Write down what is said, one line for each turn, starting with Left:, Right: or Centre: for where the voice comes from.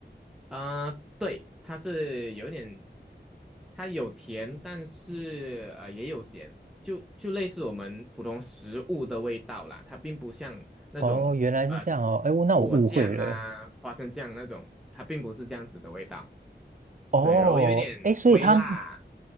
Centre: 呃，对，它是有点，它有甜，但是呃也有咸，就就类似我们普通食物的味道啦。它并不像那种呃
Right: 哦，原来是这样哦，哎，我那我误会了。
Centre: 果酱啊、花生酱那种，它并不是这样子的味道。
Right: 哦，
Centre: 对，然后有一点微辣
Right: 哎，所以它